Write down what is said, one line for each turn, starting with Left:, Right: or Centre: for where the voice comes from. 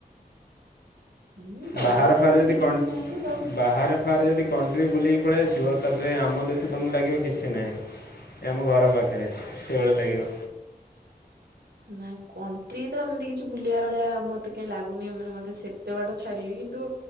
Right: ହୁଁ ଡର
Left: ବାହାର
Right: ତ
Left: ଫାର
Right: ସେମିତି
Left: ଯଦି କଣ୍ଟ
Right: କିଛି ନାହିଁ ବାସ୍
Left: ବାହାର ଫାରେ ଯଦି କଣ୍ଟ୍ରି ବୁଲିକି ପଳେଇ ଆସିବ ତାପରେ ଆମ ଦେଶ ତମକୁ ଲାଗିବ କିଛି ନାହିଁ। ଏଇ ଆମ ଘର ପାଖରେ ସେଇଭଳିଆ ଲାଗିବ।
Right: ନା କଣ୍ଟ୍ରି ତ ଏମିତି କିଛି ବୁଲିବା ଭଳିଆ ମତେ କାଇଁ ଲାଗୁନି ଏମାନେ ମତ ସେତବାଟ ଛାଡିବେ କିନ୍ତୁ